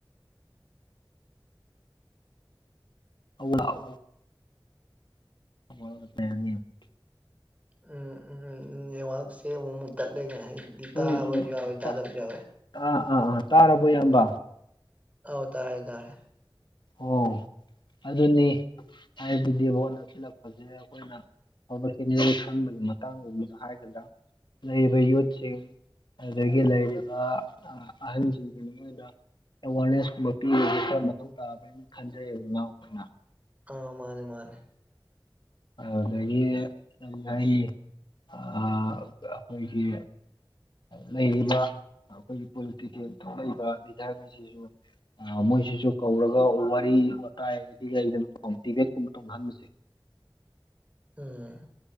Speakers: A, on the left (about 65°); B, on the right (about 15°).
A: <unintelligible> <unintelligible>
B: ꯎꯝ ꯎꯝ ꯅꯦꯠꯋꯥꯛꯁꯦ ꯑꯃꯨꯛ ꯃꯨꯛ ꯇꯠꯂꯦꯅꯦ ꯍꯥꯏꯗꯤ ꯇꯥꯕꯁꯨ
A: ꯎꯝ ꯎꯝ
B: ꯌꯥꯎꯋꯦ
A: ꯎꯝ
B: ꯇꯥꯗꯕꯁꯨ ꯌꯥꯎꯋꯦ
A: ꯇꯥ ꯑꯥ ꯑꯥ ꯇꯥꯔꯕꯣ ꯏꯌꯥꯝꯕ
B: ꯑꯧ ꯇꯥꯔꯦ ꯇꯥꯔꯦ
A: ꯑꯣ ꯑꯗꯨꯅꯤ ꯍꯥꯏꯕꯗꯤ ꯚꯣꯠ ꯅꯛꯁꯤꯜꯂꯛꯄꯁꯦ ꯑꯩꯈꯣꯏ ꯑꯩꯅ ꯑꯐꯕ ꯀꯦꯟꯗꯤꯗꯦꯠ ꯈꯟꯕꯒꯤ ꯃꯇꯥꯡꯒꯨꯝꯕꯗ ꯍꯥꯏꯒꯗ꯭ꯔꯥ ꯂꯩꯔꯤꯕ ꯌꯨꯠꯁꯤꯡ ꯑꯗꯒꯤ ꯂꯩꯔꯤꯕ ꯑꯍꯟꯖꯤꯡ ꯀꯩꯅꯣ ꯑꯦꯋꯥꯔꯅꯦꯁ ꯀꯨꯝꯕ ꯄꯤꯕꯖꯦ ꯈꯔ ꯃꯊꯧ ꯇꯥꯕ꯭ꯔ ꯍꯥꯏꯅ ꯈꯟꯖꯩꯌꯦꯕ ꯏꯅꯥꯎ ꯑꯩꯈꯣꯏꯅ
B: ꯑꯥ ꯃꯥꯟꯅꯦ ꯃꯥꯟꯅꯦ
A: ꯑꯗꯒꯤ ꯑꯩ ꯑꯥ ꯑꯈꯣꯏꯒꯤ ꯂꯩꯔꯤꯕ ꯑꯩꯈꯣꯏꯒꯤ ꯄꯣꯂꯤꯇꯤꯀꯦꯜ ꯊꯣꯛꯂꯛꯏꯕ ꯂꯤꯗꯔꯉꯩꯖꯤꯖꯨ ꯑꯦ ꯃꯣꯏꯁꯤꯁꯨ ꯀꯧꯔꯒ ꯋꯥꯔꯤ ꯋꯥꯇꯥꯏꯗꯤ ꯂꯩꯗꯅꯀꯣ ꯃꯣꯇꯤꯚꯦꯠꯀꯨꯝꯕ ꯇꯧꯅꯍꯟꯕꯖꯦ
B: ꯎꯝ